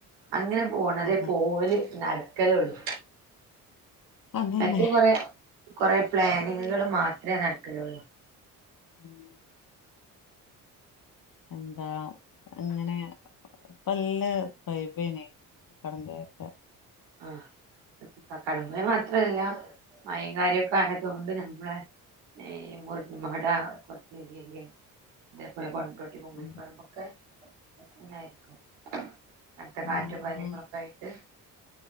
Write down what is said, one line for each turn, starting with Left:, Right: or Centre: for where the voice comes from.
Right: അങ്ങനെ പോകണതേ
Left: അതെ
Right: പോവല് നട നടക്കലുള്ളൂ
Left: അതന്നെ
Right: മറ്റേ കൊറെ കുറെേ പ്ലാനിങ്ങുകള് മാത്രമേ നടക്കലുള്ളൂ
Left: ഉം എന്താ ഇങ്ങനെ പല്ല് വൈബ് കക്കാടംപുയക്കെ
Right: ആഹ് കക്കാടംപൊയിൽ മാത്ര മാത്രല്ല മയം കാരോക്കെ ആയതുക കൊണ്ട് നമ്മള ഈ മുറിഞ്ഞമാട കുറച്ച രിൽ അതേപോലെ കൊണ്ടോട്ടി കൊണ്ടോട്ടി കുമ്മിണിപ്പറമ്പ്
Left: ഉം
Right: ഒക്കെ ന്നായിരിക്കും കട്ത്തെ കാറ്റും
Left: ആഹ്
Right: കാര്യങ്ങളൊക്കെ ആയിട്ട്